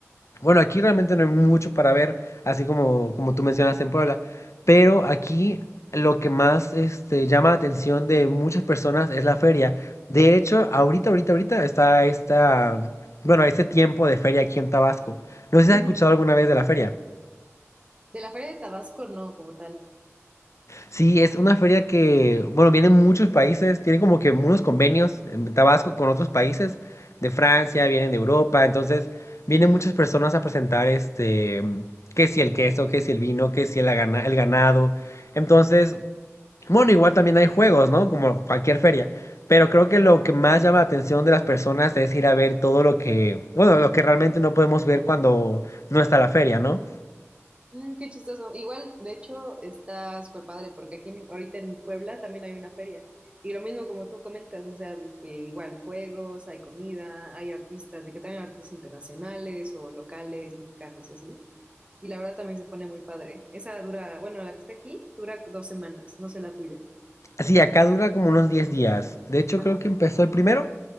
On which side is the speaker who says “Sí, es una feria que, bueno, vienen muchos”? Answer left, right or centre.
Left